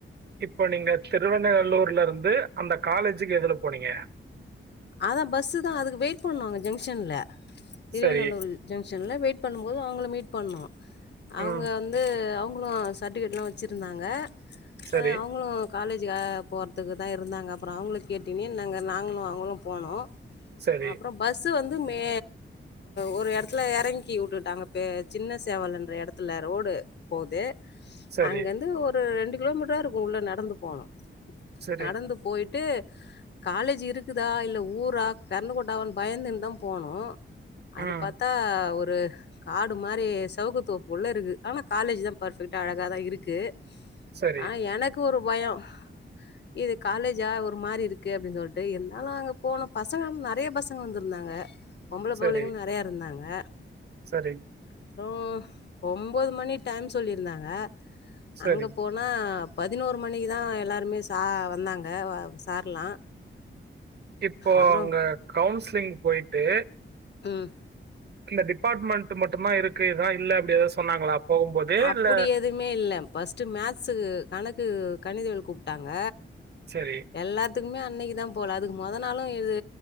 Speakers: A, on the right; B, on the left.
A: இப்ப நீங்க திருவண்ணநல்லூர்லருந்து அந்த காலேஜுக்கு எதுல போனீங்க?
B: அதா பஸ்ஸு தா அதுக்கு வெயிட் பண்ணுவாங்க ஜங்ஷன்ல திருவநல்லூர்
A: சரி
B: ஜங்ஷன்ல வெயிட் பண்ணும் போது அவுங்கள மீட் பண்ணோ அவுங்க
A: ம்
B: வந்து அவு ங்களு செர்டிஃபிகேட் லா வச்சுருந்தாங்க
A: சரி
B: ஆ அவுங்களு காலேஜு போற த்துக்கு தா இருந்தாங்க அப்றோ அவுங்கள கேட்டீனே நாங்க நாங்களு அவுங்களு போனோ
A: சரி
B: அப்ற பஸ் து வந்து மே ஒரு எடத்துல எறங்கி வுட்டுட்டாங்க பே சின்ன சேவலுன்ற எடத்துல ரோடு போது
A: சரி
B: அங்கந்து ஒரு ரெண் டு‌ கிலோமீட்ரா இருக்கு உள்ள நடந்து போனோ
A: சரி
B: நடந்து போய்ட்டு காலேஜு இருக்குதா இல் ல ஊரா கரண்டு கொட்டாவான் பயந்துன் தா போனோ அது
A: ம்
B: பாத்தா ஒ ரு காடு மாரி சவுக்குத்தோப்புக்குள்ள இருக்கு ஆனா காலேஜ் தா பர்ஃபெக்ட்டா அழகா தா இருக்கு
A: சரி
B: ஆனா எனக்கு ஒரு பயொ இது காலேஜா ஒரு மாரி இருக்கு அப்டி சொல்ட்டு இருந்தாலு அங்க போனொ பசங்க நறைய பசங்க வந்திருந்தாங்க பொம்பள
A: சரி
B: புள்ளைங்கள் நறைய இருந்தாங் க
A: சரி
B: அப்றோ ஒம்போது மணி டைம் சொல்லிருந்தாங்க
A: சரி
B: அங்க போனா பதினோரு மணிக்குதா எல்லாருமே சா வந்தாங்க வ சார்லா
A: இப்போ
B: அப்றோ
A: அங்க கவுன்சிலிங் போயி தே
B: ம்
A: இல்ல டிபார்ட்மெண்ட்டு மட்டுந்தா இருக்குது எதா இல்ல அப்டி எதாவது சொன்னாங்களா போகும்போது
B: அப்புடி
A: இல்ல
B: எதுமே இல்ல ஃபஸ்ட்டு மேக்ஸ்ஸு கணக்கு கணிதவியல் கூப்ட்டாங்க
A: சரி
B: எல்லாத்துக்குமே இன்னைக்குதா போல அதுக்கு மொத நாளு இது